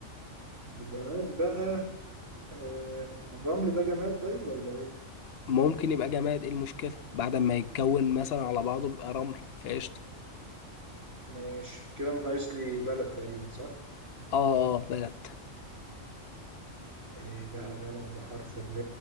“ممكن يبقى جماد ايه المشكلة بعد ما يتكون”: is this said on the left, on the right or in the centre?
Left